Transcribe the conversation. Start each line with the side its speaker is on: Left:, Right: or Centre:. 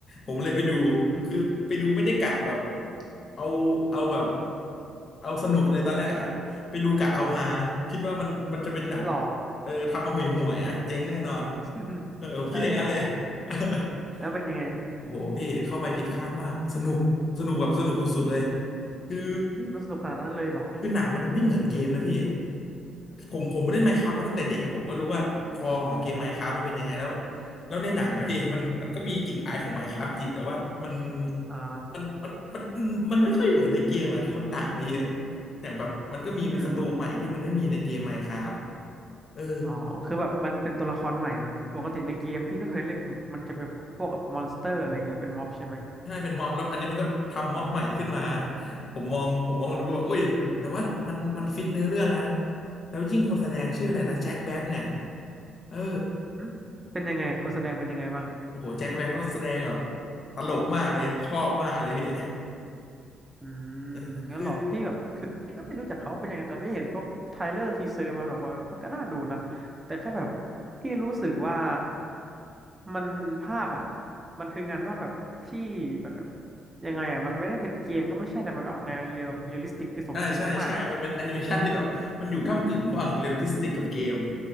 Left: ผมเลยไปดู
Right: <laughs>
Left: คือไปดูไม่ได้กะแบบเอาเอาแบบเอาสนุกเลยตอนแรกอะไปดูกะเอาฮาคิดว่ามันมันจะเป็นหนัง
Right: หรอ
Left: เออทำมาห่วยๆอะเจ๊งแน่นอน
Right: <laughs>
Left: เออผมคิดอย่างนั้นเลย
Right: ใช่หรอ
Left: <laughs>
Right: แล้วเป็นยังไง
Left: โอ้โหพี่เข้าไปผิดคาดมากสนุกสนุกแบบสนุกสุดๆเลยคือ
Right: ที่มันสนุกขนาดนั้นเลยหรอ
Left: คือหนังมันไม่เหมือนเกมนะพี่ผมผมเล่น Minecraft มาตั้งแต่เด็กอ่ะผมก็รู้ว่าคอของเกม
Right: อืม
Left: Minecraft มันเป็นยังไงแล้วแล้วในหนังอะพี่ <laughs> มันมันก็มีกลิ่นอายของ Minecraft จริงแต่ว่ามัน
Right: อ่า
Left: มันมันมันมันไม่ค่อยเหมือนในเกมอ่ะคือมันต่างไปเยอะอย่างแบบมันก็มีศัตรูใหม่ที่มันไม่มีในเกม
Right: อืม
Left: Minecraft เออ
Right: อ๋อคือแบบมันเป็นตัวละครใหม่อะปกติในเกมพี่ก็เคยเล่นนะแบบมันจะเป็นพวกแบบมอนสเตอร์อะไรเงี้ยเป็นม็อบใช่ไหม
Left: ใช่เป็นม็อบแล้วอันนี้มันก็ทำม็อบใหม่ขึ้นมาผมมองผมมองดูก็ว่าอุ้ยแต่ว่ามันมันฟิตเนื้อเรื่องนะ
Right: อืม
Left: แล้วยิ่งคนแสดงชื่ออะไรนะแจ็คแบ็กเนี่ยเออ
Right: อืมเป็นยังไงคนแสดงเป็นยังไงบ้าง
Left: โอ้โหแจ็คแบ็กเขาแสดงแบบตลกมากเลยชอบมากเลยพี่
Right: อืมงั้นหรอพี่แบบคือพี่ก็ไม่รู้จักเขาเป็นยังไงแต่พี่เห็นพวกไทเลอร์ทีเซอร์มาบอกว่ามันก็น่าดูนะแต่แค่แบบ
Left: เออคือ
Right: พี่รู้สึกว่ามันภาพอ่ะมันคืองานภาพแบบที่แบบแบบยังไงอ่ะมันไม่ได้เป็นเกมก็ไม่ใช่แต่มันออกแนวเรียลลิสติกคือสมจริงมากๆอ่ะ
Left: อ่าใช่ใช่มันเป็นแอนิเมชันที่แบบมันอยู่ก้ำกึ่งระหว่างเรียลลิสติกกับเกม